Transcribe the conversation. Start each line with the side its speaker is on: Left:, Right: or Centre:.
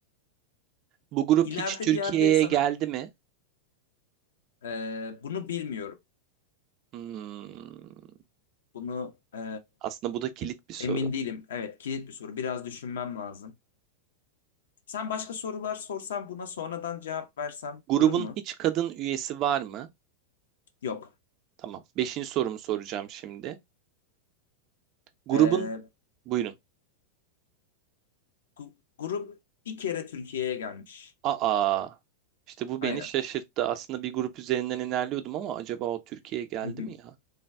Right: Bu grup
Left: İleride
Right: hiç Türkiye'ye
Left: bir yerde sana
Right: geldi mi?
Left: e, bunu bilmiyorum.
Right: Hmm,
Left: Bunu e,
Right: Aslında bu da kilit bir soru.
Left: emin değilim. Evet, kilit bir soru. Biraz düşünmem lazım. Sen başka sorular sorsan buna sonradan cevap versem
Right: Grubun
Left: olur mu?
Right: hiç kadın üyesi var mı?
Left: Yok.
Right: Tamam. Beşinci sorumu soracağım şimdi. Grubun
Left: Ee,
Right: buyurun.
Left: gu- grup bir kere Türkiye'ye gelmiş.
Right: Aa. İşte bu
Left: Aynen.
Right: beni şaşırttı. Aslında bir grup üzerinden ilerliyordum ama acaba o Türkiye'ye geldi
Left: Hı hı.
Right: mi ya?